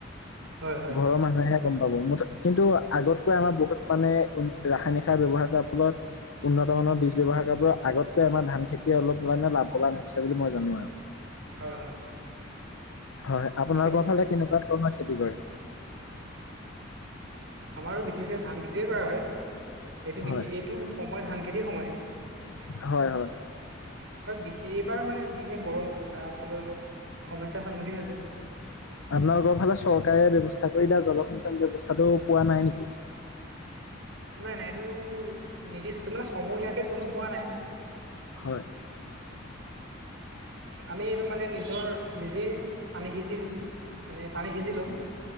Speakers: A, on the right; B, on the left.
A: হয় হয়
B: ঘৰৰ মানুহেহে গ'ম পাব মুঠ কিন্তু আগতকৈ আমাৰ বহুত মানে উ ৰাসায়নিক সাৰ ব্যয়ৱহাৰ কৰাৰ ফলত উন্নত মানৰ বীজ ব্যৱহাৰ কৰাৰ পৰা আগতকৈ আমাৰ ধান খেতি অলপ মানে লাভৱান হৈছে বুলি মই জানো আৰু।
A: হয় হয়
B: হয়, আপোনালোকৰ
A: ঠিকে আছে
B: ফালে কেনেকুৱা ধৰণৰ খেতি কৰে?
A: আমাৰো বিশেষকৈ ধান খেতিয়ে কৰা হয়। এইটো
B: হয়
A: এইটো সময় ধান খেতি সময়।
B: হয় হয়
A: আৰু বিশ এইবাৰ মানে যিহে গৰম তাৰ ফলত অলপ সমস্যাৰ সন্মুখীন হৈছো।
B: আপোনালোকৰ ফালে চৰকাৰে ব্য্ৱস্থা কৰি দিয়া জলসিঞ্চন ব্যৱস্থাটো পোৱা নাই নেকি?
A: নাই নাই এইটো নিৰ্দিষ্ট মানে সমূহীয়াকৈ কোনেও পোৱা নাই।
B: হয়।
A: আমি এইটো মানে নিজৰ নিজে পানী সিঁচি মানে পানী সিচি লওঁ।